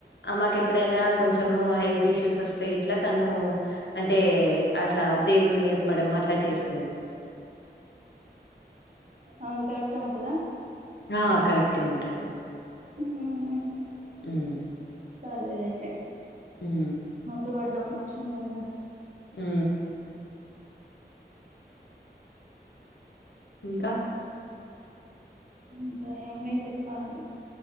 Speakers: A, on the left; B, on the right.
A: మాకు ఎప్పుడైనా కొంచెం హెల్త్ ఇష్యూస్ వస్తాయి ఇట్లా తను అంటే అట్లా దేవుని ఎప్పడం అట్లా చేస్తుంది
B: అది కరెక్ అట్టే ఉంటందా
A: ఆ కరెక్టే ఉంటది
B: ఉ
A: హ్మ్
B: పర్లేదు అయితే
A: హ్మ్.
B: అందుబాటులో మనిష ఉండరిగా
A: మ్ ఇంకా
B: ఇంకా ఏమనే చెప్పాలి